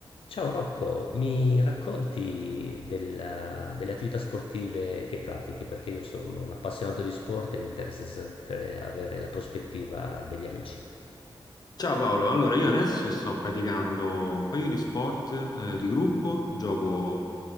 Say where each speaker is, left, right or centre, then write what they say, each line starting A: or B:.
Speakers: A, on the left (about 80°); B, on the left (about 45°).
A: Ciao Rocco, mi racconti della- delle attività sportive che pratichi? Perché io sono un appassionato di sport e mi interessa sempre avere la prospettiva degli amici.
B: Ciao Paolo, allora io adesso sto praticando un paio di sport eh, di gruppo, gioco